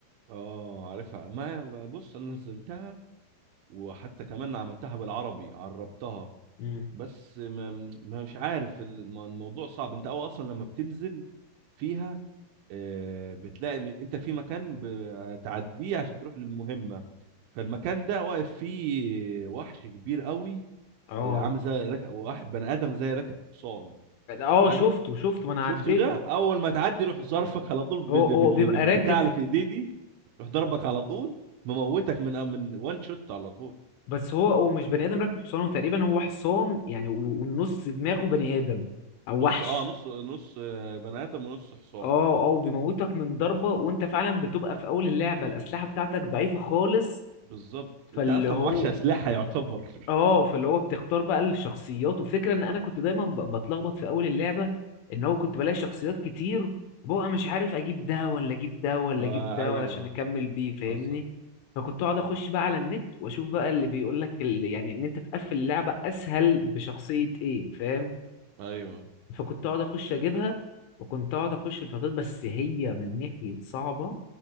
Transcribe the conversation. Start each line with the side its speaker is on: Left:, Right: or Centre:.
Right: اه عارفها ما هي- بص انا نزلتها وحتى كمان عملتها بالعربي عربتها
Left: مم.
Right: بس ما ما- مش عارف الم- الموضوع صعب انت او اصلا لما بتنزل فيها آه، بتلاقي م- انت في مكان بتعديه عشان تروح للمهمه فالمكان ده واقف فيه وحش كبير قوي
Left: اه
Right: عامل زي راك- واحد بني ادم زي راكب حصان
Left: اه
Right: فاهم
Left: شفته شفته ما انا
Right: شفته
Left: عديته
Right: ده اول ما تعدي روح ظرفك على طول بال...
Left: هو هو
Right: بال...
Left: بيبقى
Right: بالبتاع
Left: راكب
Right: اللي في ايديه دي روح ضربك على طول مموتك من من وان شوت على طول
Left: بس هو هو مش بني ادم راكب حصان هو تقريبا هو حصان يعني و- والنص دماغه بني ادم او
Right: نص
Left: وحش
Right: اه نص نص آه، بني ادم ونص حصان
Left: اه اه بيموتك من ضربة وانت فعلا بتبقى في اول اللعبة الاسلحة بتاعتك ضعيفة خالص
Right: بالظبط انت
Left: فاللي
Right: اصلا
Left: هو
Right: ما معكش اسلحه يعتبر
Left: اه فاللي هو بتختار بقى الشخصيات وفكرة ان انا كنت دايما ب- بتلخبط في اول اللعبة ان هو كنت بلاقي شخصيات كتير وببقى مش عارف اجيب ده ولا اجيب ده ولا
Right: <laughs> آه
Left: اجيب ده
Right: ايوه
Left: علشان اكمل بيه فاهمني
Right: حصل
Left: فكنت اقعد اخش بقى على النت واشوف بقى اللي بيقول لك ال... يعني ان انت تقفل اللعبة اسهل بشخصية ايه فاهم
Right: ايوه
Left: فكنت اقعد اخش اجيبها وكنت اقعد اخش الفطاطير بس هي من ناحيه صعبه